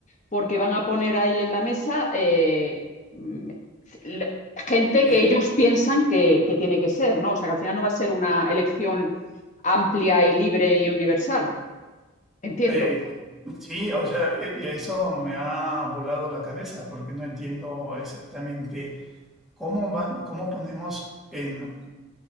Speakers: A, on the left; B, in the centre.
A: porque van a poner ahí en la mesa eh, mm, l- gente
B: Eh,
A: que ellos piensan que, que tiene que ser, ¿no? O sea, que al final no va a ser una elección amplia y libre y universal. Entiendo.
B: eh, sí, o sea, eh, y eso me ha volado la cabeza porque no entiendo exactamente cómo, van, cómo ponemos en